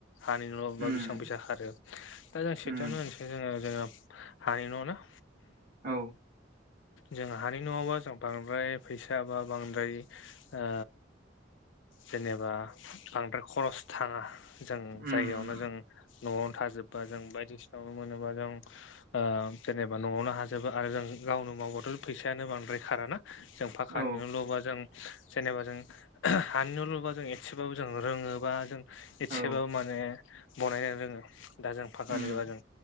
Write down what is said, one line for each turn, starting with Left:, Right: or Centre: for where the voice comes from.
Left: हानि न'लुबा
Right: उम
Left: बेसेबां फैसा खारो दा जों सेथियावनो
Right: उम
Left: होनसै जोङो जोंना हानि न' ना
Right: औ
Left: जों हानि न'आवबा जों बांद्राय फैसा बा बांद्राय ओ जेनेबा बांद्राय खरस थाङा जों
Right: उम
Left: जायगायावनो जों न'आवनो थाजोब्बा जों बायदिसिना न'आवनो मोनोबा जों ओ जेनेबा न'आवनो हाजोबो आरो जों गावनो मावबाथ' फैसायानो बांद्राय खाराना। जों पाखानि
Right: औ
Left: न'लुबा जों जेनेबा जों हानि न' लुबा जों एसेबाबो जों रोङोबा जों एसेबाबो
Right: औ
Left: माने बनायनो रोङो दा जों फखानिबा
Right: उम
Left: जों